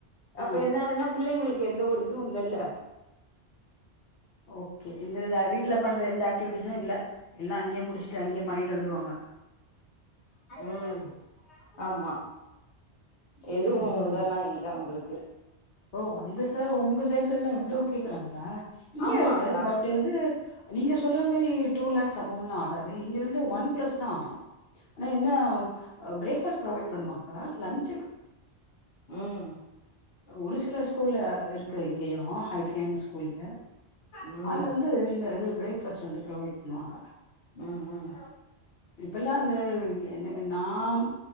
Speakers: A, on the left (about 80°); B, on the left (about 60°).
A: அப்ப
B: ஆ
A: என்னதுனா பிள்ளைங்களுக்கு எந்த ஒரு இதுவு இல்லல்ல
B: ஓகே இந்த இத வீட்ல பண்ற எந்த ஆக்டிவிட்டிஷூ இல்ல எல்லா அங்க்யே முடிச்சுட்டு அங்கயே பண்ணிட் டு வந்துருவாங்க
A: ம் ஆமா எதுவு
B: ம் ம்
A: இதெல்லா இல்ல உங்களுக்கு
B: ஓ அந்த சர் உங்க சைட்ல எல்லா இவ்ளோ கேக்குறாங்களா இங்க்யே
A: ஆமா
B: இருக்கு
A: மேக்ஸ்
B: பட்டு வந்து நீங்க சொல்ற மாரி டூ லேக்ஸ் அமோன்ட்லா ஆகாது இங்க வந்து ஒன் பிளஸ் தா ஆகு ஆனா என்ன அ பிரேக்பாஸ்ட் ப்ரொவைட் பண்ணுவாங்க லன்
A: ம்
B: ஒரு சில ஸ்கூல்ல இருக்கு இங்கியு ஹை ஃபையான ஸ் கூல்லு
A: ம்
B: அல்ல வந்து இல்ல இது பிரேக் ஃபாஸ்ட் வந்து புரோவைட் பண்ணுவாங்க
A: ம் ம்
B: இப்பல்லா அந்த என்ன எ நாம்